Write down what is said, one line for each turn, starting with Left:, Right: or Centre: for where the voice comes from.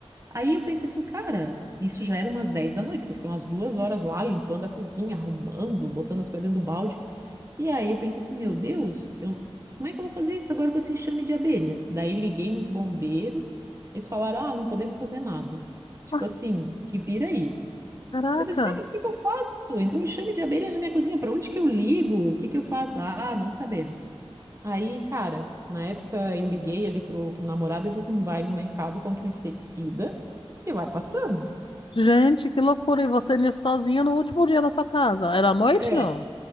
Right: Aí eu pensei assim, cara, isso já era umas 10 da noite, porque eu fiquei umas duas horas lá limpando a cozinha, arrumando, botando as coisas dentro do balde. E aí eu pensei assim, meu Deus, eu, como é que eu vou fazer isso agora com esse enxame de abelhas? Daí liguei nos bombeiros, eles falaram, ah, não podemos fazer nada. Tipo
Left: Ah,
Right: assim, te vira aí.
Left: Caraca!
Right: Daí eu pensei, tá, mas o que que eu faço? entra um enxame de abelha na minha cozinha, pra onde que eu ligo? O que que eu faço? Ah, não sabemos. Aí, cara, na época eu liguei ali pro, pro namorado, ele falou assim, vai no mercado, compra um inseticida e vai passando.
Left: Gente, que loucura! E você nisso sozinha no último dia na sua casa? Era à noite,
Right: é
Left: não?